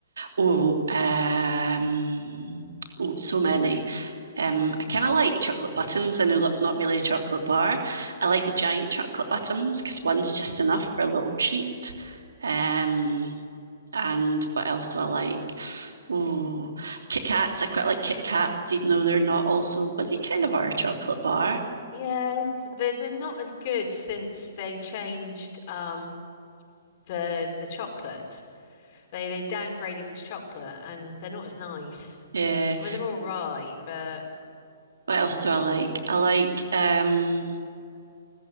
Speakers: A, on the right; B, on the left.
A: Oh, um, oh, so many. Um, I kind of like chocolate buttons. I know that's not really a chocolate bar. I like the giant chocolate buttons because one's just enough for a little treat. Um, and what else do I like? Oh, Kit Kats. I quite like Kit Kats, even though they're not also, but they kind of are a chocolate bar.
B: Yeah, they're they're not as good since they changed um the the chocolate. They they downgraded the chocolate and they're not as nice.
A: Yeah.
B: I mean, they're all right, but
A: What else do I like? I like um